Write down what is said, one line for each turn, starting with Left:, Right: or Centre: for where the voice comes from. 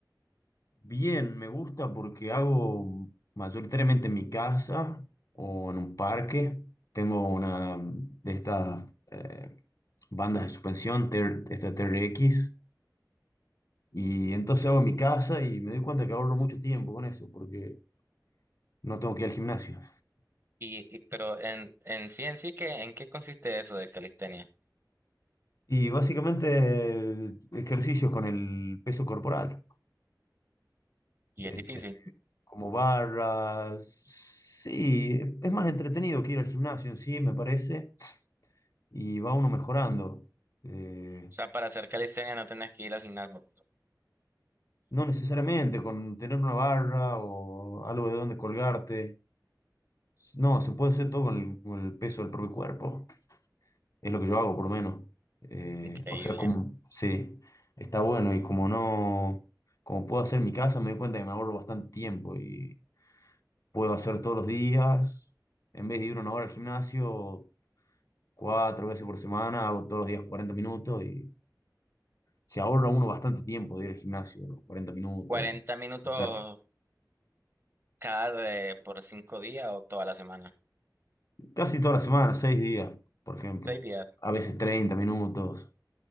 Left: Bien, me gusta porque hago mayoritariamente en mi casa o en un parque. Tengo una de estas eh, bandas de suspensión, TR esta TRX. Y entonces hago en mi casa y me doy cuenta que ahorro mucho tiempo con eso, porque no tengo que ir al gimnasio.
Right: Y, y- pero en, en sí, en sí, ¿qué, en qué consiste eso de calistenia?
Left: Y básicamente eh, ejercicios con el peso corporal,
Right: Y
Left: este,
Right: es difícil. O
Left: como barras. Sí, es más entretenido que ir al gimnasio en sí, me parece, y va uno mejorando. Eh,
Right: sea, para hacer calistenia no tenés que ir al gimnasio.
Left: no necesariamente con tener una barra o algo de donde colgarte. No, se puede hacer todo con el, con el peso del propio cuerpo. Es lo que yo hago, por lo menos. Eh,
Right: Increíble.
Left: o sea, como, sí, está bueno y como no, como puedo hacer en mi casa, me doy cuenta que me ahorro bastante tiempo y puedo hacer todos los días, en vez de ir una hora al gimnasio, cuatro veces por semana, hago todos los días cuarenta minutos y se ahorra uno bastante tiempo de ir al gimnasio, los 40 minutos,
Right: ¿40 minutos
Left: o sea,
Right: cada de- por cinco días o toda la semana?
Left: casi toda la semana, seis días, por ejemplo,
Right: Seis días.
Left: a veces
Right: Mm.
Left: 30 minutos,